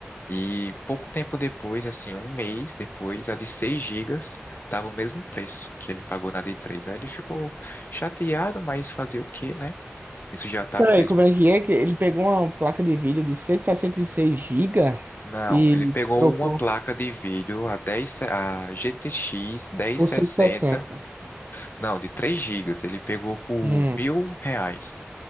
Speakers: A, on the left (about 50°); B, on the right (about 45°).
A: E pouco tempo depois, assim, um mês depois, a de 6 gigas estava o mesmo preço que ele pagou na de 3. Aí ele ficou chateado, mas fazer o quê, né? Isso já estava
B: Peraí,
A: em dois...
B: como é que é que ele pegou uma placa de vídeo de cento e e sessenta e seis gigas
A: Não,
B: e
A: ele pegou
B: trocou?
A: uma placa de vídeo, a 10, se- a GTX 1060,
B: Por cento e sessenta,
A: não, de 3 gigas, ele pegou por
B: Hum.
A: mil reais.